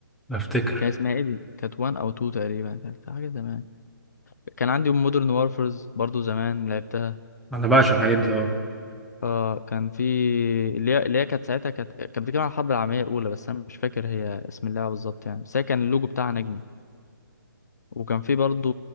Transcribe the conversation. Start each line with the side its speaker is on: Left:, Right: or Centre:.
Centre: افتكر
Left: كان اسمها ايه دي؟ كانت وان أو تو تقريبا كانت حاجة زمان كان عندي مودرن وارفرز برضو زمان لعبتها
Centre: انا بعشق الحاجات دي اه
Left: اه كان في اللي هي اللي هي كانت ساعتها كانت كانت بتتكلم عن الحرب العالميه الاولى بس انا مش فاكر هي اسم اللعبه بالظبط يعني بس هي كان اللوجو بتاعها نجمه وكان في برضو